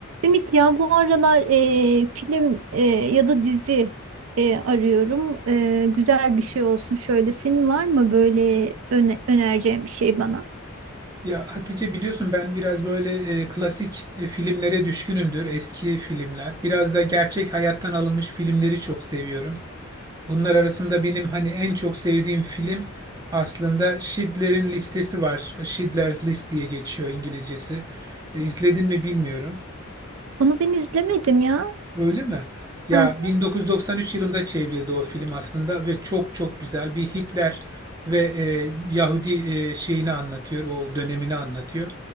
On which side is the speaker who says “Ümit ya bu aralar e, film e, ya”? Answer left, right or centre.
Right